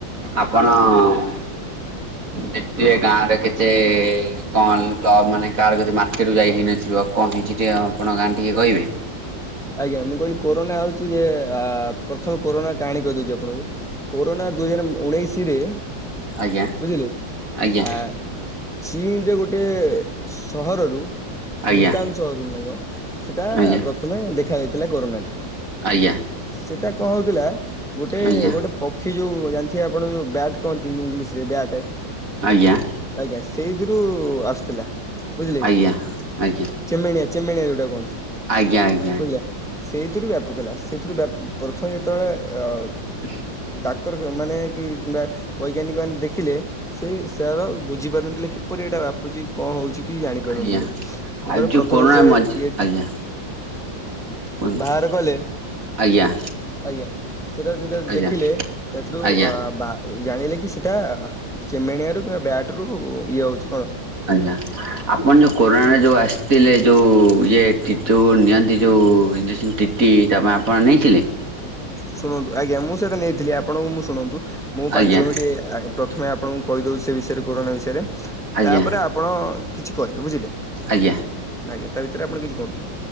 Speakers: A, on the right; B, in the centre.
A: ଆପଣ ଉଁ ଦେଖିଥିବେ ଗାଁରେ କେତେ କଣ ତ ମାନେ କାହାର କିଛି ମାର୍କେଟ ଯାଇହି ନଥିବ କଣ ହେଇଛି ଯେ ଗାଁ ଟିକେ କହିବେ।
B: ଆଜ୍ଞା ମୁଁ କହିଲି କୋରୋନା ହଉଛି ଯେ ପ୍ରଥମ କୋରୋନା କାହାଣୀ କହିଦଉଛି ଆପଣଙ୍କୁ କୋରୋନା ଦୁଇ ହଜାର ଉଣେଇଶି ରେ
A: ଆଜ୍ଞା
B: ବୁଝିଲେ
A: ଆଜ୍ଞା
B: ଆ ଚୀନରେ ଗୋଟେ ସହରରୁ
A: ଆଜ୍ଞା
B: ଭୁଟାନ ସହରରୁ ଏକ ସେଟା
A: ଆଜ୍ଞା
B: ପ୍ରଥମେ ଦେଖ ଦେଖ ଯାଇଥିଲା କରୋନାଟି
A: ଆଜ୍ଞା
B: ସେଟା କଣ ହଉଥିଲା ଗୋଟେ
A: ଆଜ୍ଞା
B: ଗୋଟେ ପକ୍ଷୀ ଯୋଉ ଜାଣିଥିବେ ଆପଣ ଯୋଉ ବ୍ୟାଟ କହନ୍ତି ଇଂଲିଶ ରେ ବ୍ୟାଟେ
A: ଆଜ୍ଞା।
B: ଆଜ୍ଞା ସେଇଥିରୁ ଆସିଥିଲା। ବୁଝିଲେ
A: ଆଜ୍ଞା
B: କି
A: ଆଜ୍ଞା
B: ଚେମେଣିଆ ଚେମେଣିଆ ଯୋଉଟା କୁହନ୍ତି।
A: ଆଜ୍ଞା ଆଁ
B: ବୁଝିଲେ ସେଇଥିରୁ ବ୍ୟାପୁଥିଲା ସେଇଥିରୁ ବ୍ୟା ପ୍ରଥମେ ଯେତେବେଳେ ଅ
A: ହୁଁ।
B: ଡାକ୍ତର ମାନେ କି କିମ୍ବା ବୈଜ୍ଞାନିକ ମାନେ ଦେଖିଲେ ସେ ସାର ବୁଝିପାରନ୍ତିଲେ କିପରି ଏଇଟା ବୁଝିକି କଣ ହଉଛି କିଛି ଜାଣିପାରୁନଥିଲେ
A: ଆଜ୍ଞା ଆଜ୍ଞା
B: ଯେତେବେଳେ
A: ଆଉ ଯୋଉ
B: ପ୍ରଥମେ
A: କରୋନା
B: ସେ
A: ମଝି
B: ଇଏ
A: ଆଜ୍ଞା କୁହନ୍ତୁ
B: ବାହାର କଲେ।
A: ଆଜ୍ଞା।
B: ଆଜ୍ଞା ସେଟା ଯଦି
A: ଆଜ୍ଞା
B: ଦେଖିଲେ ସେଥିରୁ
A: ଆଜ୍ଞା
B: ଅ ବା ଜାଣିଲେ କି ସେଟା ଚେମେଣିଆ ରୁ କିମ୍ବା ବ୍ୟାଟ୍ ରୁ ଇଏ ହୋଉଚି।
A: ଆଜ୍ଞା ଆପଣ ଯୋଉ କୋରୋନାରେ ଯୋଉ ଆସ୍ ଥିଲେ ଯୋଉ ଇଏ ନିଅନ୍ତି ଯୋଉ ଇଞ୍ଜେକ୍ସନ୍ ଟିଟି ତା ପାଇଁ ଆପଣ ନେଇଥିଲେ?
B: ଶୁଣନ୍ତୁ ଆଜ୍ଞା ମୁଁ ସେଇଟା ନେଇଥିଲି ଆପଣଙ୍କୁ ମୁଁ ଶୁଣନ୍ତୁ ମୁଁ ପାଞ୍ଚମିଟି
A: ଆଜ୍ଞା
B: ଆଁ ପ୍ର ଥମେ ଆପଣଙ୍କୁ କହିଦୋଉ ସେ ବିଷୟରେ କୋରୋନା ବିଷୟରେ
A: ଆଜ୍ଞା
B: ତାପରେ ଆପଣ କିଛି କହିବେ ବୁଝିଲେ।
A: ଆଜ୍ଞା।
B: ଆଜ୍ଞା ତା ଭିତରେ ଆପଣ କିଛି କୁହନ୍ତୁନି